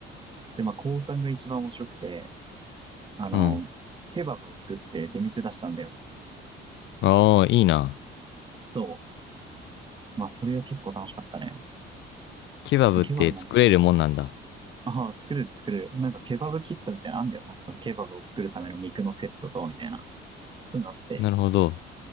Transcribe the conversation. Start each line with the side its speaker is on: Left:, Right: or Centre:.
Right: で、まあ、高さんが一番面白くて、あの、
Left: うん。
Right: ケバブを作って出店出したんだよ。
Left: ああ、いいな。
Right: そう。まあ、それは結構楽しかったね。
Left: ケバブって作れるもんなんだ。
Right: ケバブなんて、ああ、作れる作れる。なんかケバブキットみたいなのあんだよな。そのケバブを作るための肉のセットと、みたいな。そういうのあって。
Left: なるほど。